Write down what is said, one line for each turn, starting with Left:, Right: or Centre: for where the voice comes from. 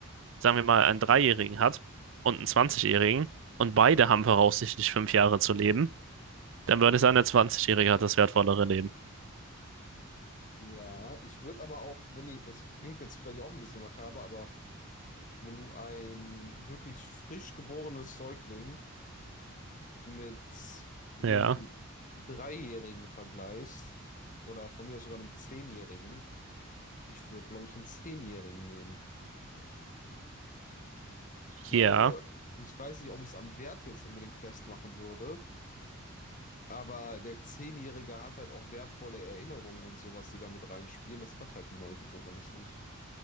Right: sagen wir mal, einen Dreijährigen hat und einen 20-Jährigen und beide haben voraussichtlich fünf Jahre zu leben, Dann würde ich sagen, der 20-Jährige hat das wertvollere Leben.
Left: ja, ich würde aber auch, wenn ich, das klingt jetzt vielleicht auch ein bisschen makaber, aber wenn du ein wirklich frisch geborenes Säugling mit einem
Right: Ja,
Left: Dreijährigen vergleichst, oder von mir aus sogar einem Zehnjährigen, ich würde, glaube ich, einen Zehnjährigen nehmen. Ich glaube,
Right: ja,
Left: ich weiß nicht, ob ich es am Wert jetzt unbedingt festmachen würde, aber der Zehnjährige hat halt auch wertvolle Erinnerungen und sowas, die damit reinspielen. Das hat halt ein Neugeborenes nicht.